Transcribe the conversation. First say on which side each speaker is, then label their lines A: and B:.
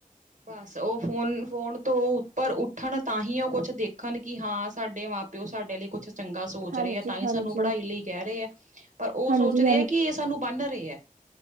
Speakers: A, on the right; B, on the right.
A: ਬਾਸ ਓ ਫੋਨ-ਫੋਨ ਤੋਂ ਓ ਉੱਪਰ ਉੱਠਣ, ਤਾਂਹੀ ਓ ਕੁਛ ਦੇਖਨ ਕਿ ਹਾਂ ਸਾਡੇ ਮਾ ਤੇ ਓ ਸਾਡੇ ਲਈ ਕੁੱਛ ਚੰਗਾ ਸੋਚ
B: ਹਾਂਜੀ
A: ਰੇ ਐ ਤਾਈ
B: ਹਾਂਜੀ
A: ਸਾਨੂੰ ਪੜ੍ਹਾਈ ਲਈ ਕੈ ਰਏ ਆ, ਪਰ ਓ
B: ਹਾਂਜੀ
A: ਸੋਚਦੇ ਆ ਕਿ ਏ ਸਾਨੂੰ ਬੰਨ੍ਹ ਰੇ ਆ।